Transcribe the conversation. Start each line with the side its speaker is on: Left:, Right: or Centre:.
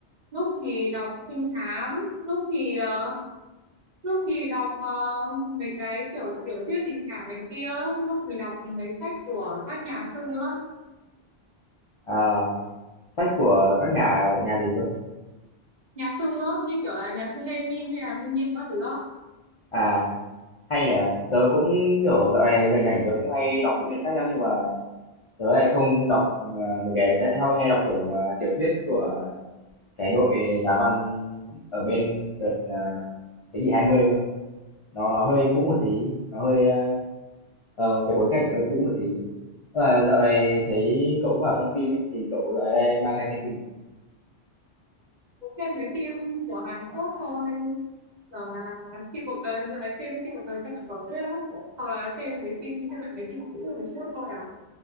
Right: lúc thì đọc trinh thám lúc thì ờ, lúc thì đọc ờ, mấy cái kiểu tiểu thuyết tình cảm này kia lúc thì đọc mấy sách của các nhà sư á.
Left: Ờ, sách của các nhà nhà gì cơ?
Right: nhà sư á, như kiểu là nhà sư Lê Min hay là Minh Niệm các thứ á.
Left: À, hay nhỉ. Tớ cũng kiểu dạo này rảnh rảnh tớ cũng hay đọc mấy quyển sách lắm nhưng mà tớ lại không đọc ờ, mấy cái tớ hay, hay đọc kiểu ờ, tiểu thuyết của cái đội nhà văn ở bên đợt ờ, thế kỷ 20 cơ. Nó nó hơi cũ một tí, nó hơi ờ, Ờ, cái bối cảnh nó hơi cũ một tí. À, dạo này thấy cậu cũng bảo xem phim ấy, thì cậu lại đang, đang hay xem phim.
Right: Cũng xem mấy phim của Hàn Quốc thôi hoặc là khi cuộc đời là xem khi cuộc đời xem lại tiểu thuyết á hoặc là xem mấy phim xem lại mấy phim cũ hồi xưa thôi à